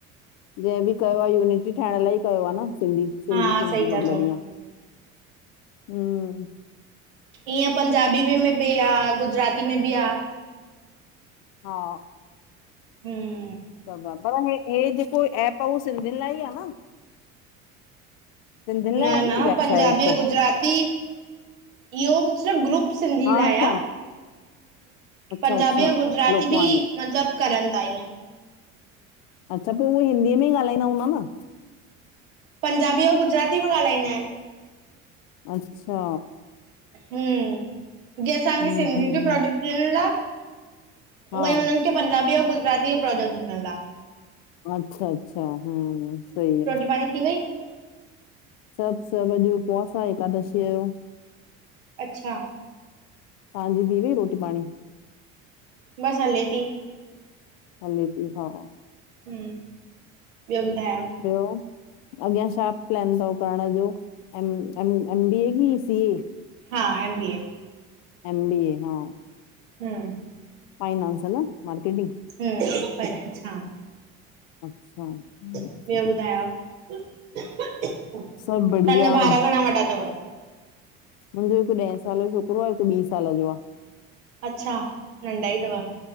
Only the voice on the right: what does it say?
हा
सही था
चओ
ईअं पंजाबी मे भी आ गुजराती मे भी आ।
हूं,
न
न पंजाबी
ओ
गुजराती इहो कुछ ग्रुप सिंधी
लाइ आ
पंजाबी
ऐ गुजराती
बि मतलब करन ता ईयं।
पंजाबी आऊं गुजराती मे ॻाल्हाईंदा आहिन।
हूं, जीअं असांखे
सिंधी
जो प्रोजेक्ट ॾिनल आ
उवईं उनन पंजाबी आऊं गुजराती जो प्रोजेक्ट मिलल आ।
फणी थी वई?
अच्छा।
बस हले ती।
हू, ॿियो ॿुधायो?
हा M B A.
हम्म
हूं <unintelligible>
ॿियो ॿुधायो, तव्हांजा
ॿार घणा वॾा तव?
अच्छा नंढा ई तव